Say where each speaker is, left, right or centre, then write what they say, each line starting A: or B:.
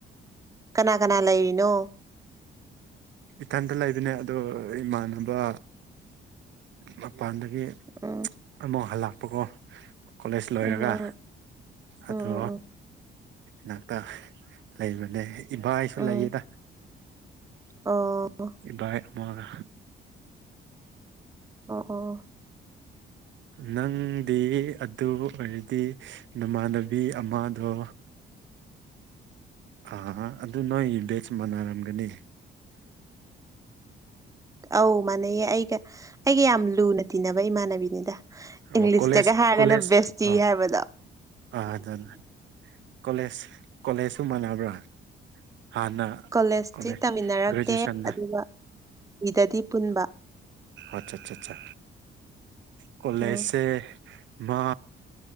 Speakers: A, on the right; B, on the right.
A: ꯀꯅꯥ ꯀꯅꯥ ꯂꯩꯔꯤꯅꯣ
B: ꯏꯊꯟꯇ ꯂꯩꯕꯅꯦ ꯑꯗꯣ ꯏꯃꯥꯟꯅꯕ ꯃꯄꯥꯟꯗꯒꯤ
A: ꯎꯝ
B: ꯑꯃꯨꯛ ꯍꯜꯂꯛꯄꯀꯣ ꯀꯣꯂꯦꯖ ꯂꯣꯏꯔꯒ
A: ꯎꯝ
B: ꯑꯗꯣ
A: ꯎꯝ ꯎꯝ ꯎꯝ
B: ꯅꯥꯛꯇ ꯂꯩꯕꯅꯦ ꯏꯕꯥꯏꯁꯨ
A: ꯎꯝ ꯎꯝ
B: ꯂꯩꯑꯦꯗ
A: ꯑꯣ
B: ꯏꯕꯥꯏ ꯑꯃꯒ
A: ꯑꯣ ꯑꯣ
B: ꯅꯪꯗꯤ ꯑꯗꯨ ꯑꯣꯏꯔꯗꯤ ꯅꯃꯥꯟꯅꯕꯤ ꯑꯃꯗꯣ ꯑ ꯑꯗꯨ ꯅꯣꯏ ꯕꯦꯆ ꯃꯥꯟꯅꯔꯝꯒꯅꯤ
A: ꯑꯧ ꯃꯥꯟꯅꯩꯌꯦ ꯑꯩꯒ ꯑꯩꯒ ꯌꯥꯝ ꯂꯨꯅ ꯇꯤꯟꯅꯕ ꯏꯃꯥꯟꯅꯕꯤꯅꯤꯗ
B: ꯑꯣ
A: ꯏꯪꯂꯤꯁꯇꯒ
B: ꯀꯣꯂꯦꯖ
A: ꯍꯥꯏꯔꯒꯅ
B: ꯀꯣꯂꯦꯖ
A: ꯕꯦꯁꯇꯤ
B: ꯑꯥ
A: ꯍꯥꯏꯕꯗꯣ
B: ꯑꯥ ꯑꯗꯨꯅꯦ ꯀꯣꯂꯦꯖ ꯀꯣꯂꯦꯖꯁꯨ ꯃꯥꯟꯅꯕ꯭ꯔꯥ ꯍꯥꯟꯅ
A: ꯀꯣꯂꯦꯖꯇꯤ
B: ꯀꯣꯂꯦꯖ
A: ꯇꯝꯃꯤꯟꯅꯔꯛꯇꯦ
B: ꯒ꯭ꯔꯦꯖꯨꯑꯦꯁꯟꯗ
A: ꯑꯗꯨꯒ ꯕꯤꯗꯗꯤ ꯄꯨꯟꯕ
B: ꯑꯆꯥꯆꯥꯆꯥ ꯀꯣꯂꯦꯁꯁꯦ
A: ꯎꯝ
B: ꯃꯥ